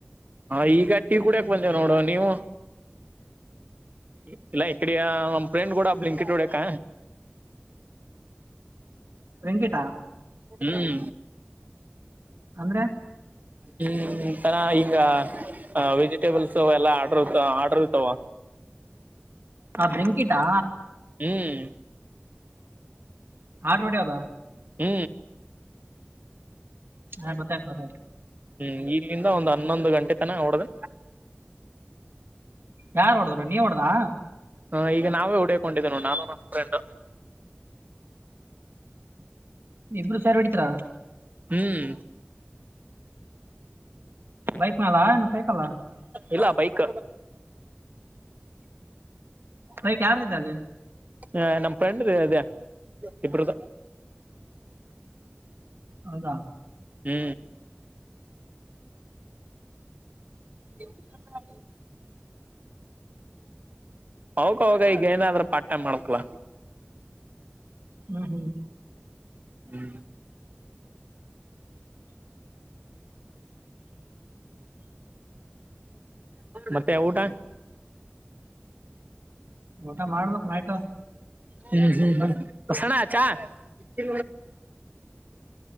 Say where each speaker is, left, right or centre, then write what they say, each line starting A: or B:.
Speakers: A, on the right; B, on the right.
A: ಹಾ ಈಗ ಟೀ ಕುಡಿಯಕ್ ಬಂದಿವ್ ನೋಡು, ನೀವು ಎ ಇಲ್ಲ ಇಕ್ಕಡಯಾ ಪ್ಲೇನಗೋಡ ಬ್ಲಿಕೇಟ್ ಹೊಡಿಯಕ
B: ಬ್ಲಿಂಕಿಟ್ಟಾ
A: ಹ್ಮು
B: ಅಂದ್ರೆ
A: ಹ್ಮ್ ತರ ಈಗ ಅ ವೆಜಿಟೇಬಲ್ಸು ಎಲ್ಲಾ ಆಡ್ರ್ ಇ ಆರ್ಡರ್ ಇರ್ತಾವ
B: ಹ ಬ್ಲಿಂಕಿಟಾ
A: ಹ್ಮು
B: ಆರ್ಡರ್ ಹೊಡಿಯೋದ
A: ಹ್ಮ
B: ಹಾ ಗೊತ್ತಾಯ್ತ್ ಬಿಡ್ರಿ
A: ಹ್ಮ್ ಇಲ್ಲಿಂದ ಒಂದ್ ಹನ್ನೊಂದ್ ಗಂಟೆ ತನ ಹೊಡ್ದೆ
B: ಯಾರ್ ಹೊಡ್ದ್ರು, ನೀ ಹೊಡ್ದಾ
A: ಹಾ ಈಗ ನಾವೇ ಹೊಡಿಯಕ್ ಒಂಟಿದ್ದೆ ನೋಡು ನಾನು ನಮ್ ಫ್ರೆಂಡ್
B: ಇಬ್ರು ಸೇರ್ ಹೊಡೀತೀರಾ
A: ಹ್ಮ್
B: ಬೈಕ್ ಮೇಲಾ ಇಲ್ಲಾ ಸೈಕಲಾ
A: ಇಲ್ಲ ಬೈಕ್
B: ಬೈಕ್ ಯಾರ್ದ್ ಇದೆ ಅಲ್ಲಿ
A: ಏ ನಮ್ಮ್ ಫ್ರೆಂಡ್ದೆ ಇದೆೇ ಇಬ್ರ್ದು
B: ಹೌದಾ
A: ಹ್ಮ ಹೌ ಹೌಕವಗ ಈಗ ಏನಾದ್ರೂ ಪಾರ್ಟ್ ಟೈಮ್ ಮಾಡ್ಬೇಕಲ
B: ಹ್ಮ್ ಹ್ಮ್
A: ಹ್ಮ್ ಮತ್ತೆ ಊಟ
B: ಊಟ ಮಾಡ್ಬೇಕು ನಾಯ್ತು
A: ಹ್ಮ್ ಹ್ಮ್ ಹ್ಮ ಸಣ ಚ ಹ